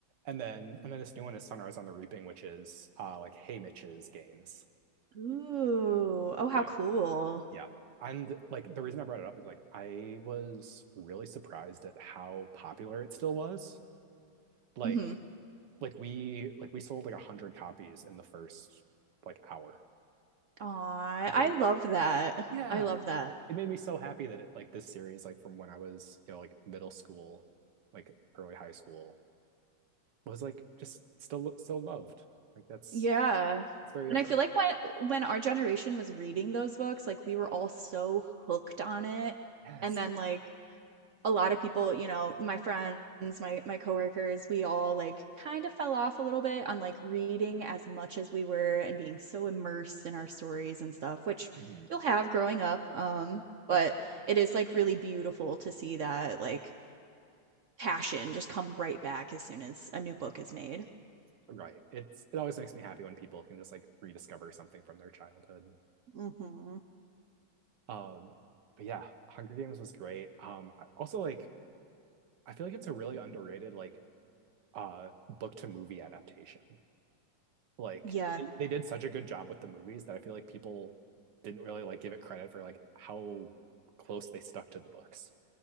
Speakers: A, on the right; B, on the right.
A: And then and then this new one is Sunrise on the Reaping, which is uh like Hey Mitch's games.
B: <laughs> Ooh. Oh, how
A: Yeah,
B: cool.
A: yeah. And like the reason I brought it up is like I was really surprised at how popular it still was. Like
B: Mm-hmm.
A: like we like we sold like a hundred copies in the first like hour,
B: Aw,
A: which
B: I
A: is
B: love that.
A: Yeah.
B: I love that.
A: It it made me so happy that it like this series, like from when I was, you know, like middle school, like early high school, was like just still so loved. Like that's
B: Yeah.
A: it's very
B: And
A: affirming.
B: I feel like when when our generation was reading those books, like we were all so hooked on it.
A: Yes.
B: And then like a lot of people, you know, my friends, my my coworkers, we all like kind of fell off a little bit on like reading as much as we were and being so immersed in our stories and stuff, which
A: hmm
B: you'll have growing up. Um, but
A: Definitely.
B: it is like really beautiful to see that like passion just come right back as soon as a new book is made.
A: Right. It's it always makes me happy when people can just like rediscover something from their childhood.
B: hmm
A: Um, but yeah, Hunger Games was great. Um, I- also like I feel like it's a really underrated like uh book to movie adaptation. Like
B: Yeah.
A: they, they did such a good job with the movies that I feel like people didn't really like give it credit for like how close they stuck to the books.